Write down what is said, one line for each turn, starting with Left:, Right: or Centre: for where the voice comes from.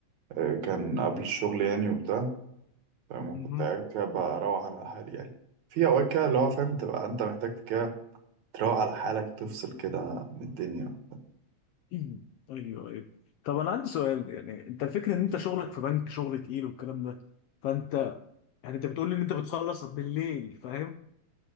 Right: آه، كان قبل الشغل يعني وبتاع فاهم
Left: مهم.
Right: كنت قاعد كده بروح على حالي يعني في أوقات كده اللي هو فاهم تبقى أنت محتاج كده تروق على حالك وتفصل كده من الدنيا
Left: <clears throat> ايوه ايوه طب انا عندي سؤال يعني انت الفكره ان انت شغلك في بنك شغل تقيل والكلام ده فانت يعني انت بتقول لي ان انت بتخلص بالليل فاهم